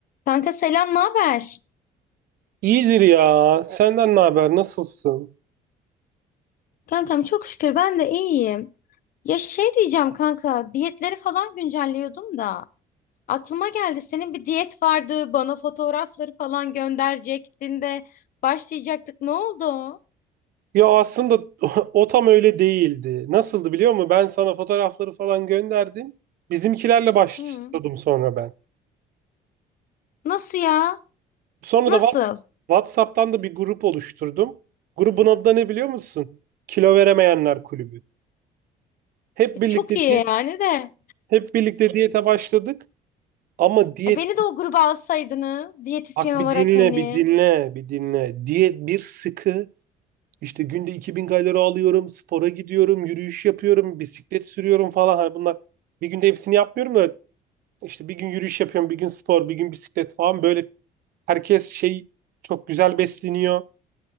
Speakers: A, on the left; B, on the right.
A: Kanka selam, ne haber?
B: İyidir ya. Senden ne haber? Nasılsın?
A: Kankam çok şükür ben de iyiyim. Ya şey diyeceğim kanka, diyetleri falan güncelliyordum da aklıma geldi senin bir diyet vardı, bana fotoğrafları falan gönderecektin de başlayacaktık. Ne oldu? o?
B: Ya aslında <laughs> o tam öyle değildi. Nasıldı biliyor musun? Ben sana fotoğrafları falan gönderdim. Bizimkilerle başladım
A: Hı.
B: sonra ben.
A: Nasıl ya?
B: Sonra
A: Nasıl?
B: da Wha- WhatsApp'tan da bir grup oluşturdum. Grubun adı da ne biliyor musun? Kilo Veremeyenler Kulübü. Hep
A: E,
B: birlikte
A: Çok iyi
B: di-
A: yani de.
B: hep birlikte diyete başladık. Ama diyet
A: E, beni de o gruba alsaydınız diyetisyen
B: bak
A: olarak
B: bir dinle
A: hani
B: bir dinle bir dinle. Diyet bir sıkı İşte günde 2000 kalori alıyorum, spora gidiyorum, yürüyüş yapıyorum, bisiklet sürüyorum falan. Hani bunlar bir günde hepsini yapmıyorum da işte bir gün yürüyüş yapıyorum, bir gün spor, bir gün bisiklet falan. Böyle herkes şey çok güzel besleniyor.